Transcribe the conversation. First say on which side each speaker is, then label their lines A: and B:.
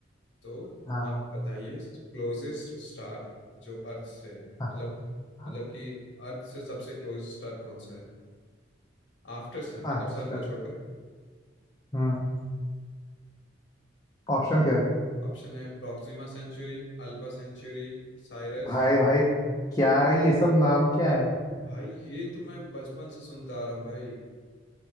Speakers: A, on the left; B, on the left.
A: तो
B: हाँ
A: आप बताइए क्लोजेस्ट स्टार जो अर्थ से है
B: हाँ
A: मतलब
B: हाँ,
A: मतलब कि अर्थ से सबसे क्लोज स्टार कौन सा है आफ्टर सन
B: अच्छा
A: मतलब सन को छोड़कर
B: हम्म ऑप्शन क्या है
A: ऑप्शन है Proxima Centauri Alpha Centauri Sirius
B: भाई भाई क्या है ये सब नाम क्या है
A: भाई ये तो मैं बचपन से सुनता आ रहा हूँ भाई